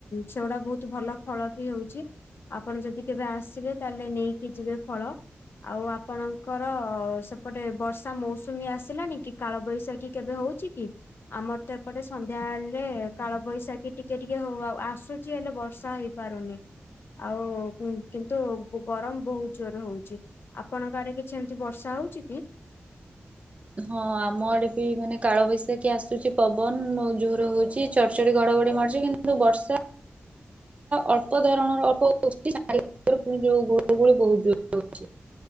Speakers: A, on the left (about 65°); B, on the right (about 30°).
A: ସେଗୁଡ଼ା ବହୁତ୍ ଭଲ ଫଳବି ହଉଚି ଆପଣ ଯଦି କେବେ ଆସି ଆସିବେ ତାହେଲେ ନେଇକି ଯିବେ ଫଳ ଆଉ ଆପଣଙ୍କର ସେପଟେ ବର୍ଷା ମୌସୁମୀ ଆସିଲାଣିକି କାଳବୈଶାଖୀ କେବେ ହଉଚିକି ଆମରତ ଏପଟେ ସନ୍ଧ୍ୟା ହେଲେ କାଳ ବୈଶାଖୀ ଟିକେ ଟିକେ ହଉ ଆ ଆ ଆସୁଚି ହେଲେ ବର୍ଷା ହେଇପାରୁନି ଆଉ କିନ୍ତୁ ଗରମ୍ ବହୁ ଜୋରେ ହଉଚି ଆପଣଙ୍କ ଆଡ଼େ କିଛି ଏମିତି ବର୍ଷା ହଉଚିକି?
B: ହଁ ଆମ ଆଡ଼େବି ମାନେ କାଳବୈଶାଖୀ ଆସୁଚି ପବନ ବୋହୁତ ଯୋରେ ହଉଚି ଚଡ଼ ଚଡ଼ି ଘଡ଼ଘଡ଼ି ମାରୁଚି କିନ୍ତୁ ବର୍ଷା ଅଳ୍ପ ଧରଣର ଅଳ୍ପ ହଉଚି <unintelligible> ଗୁଳୁଗୁଳି ବହୁତ୍ ଜୋରେ ହୋଉଚି।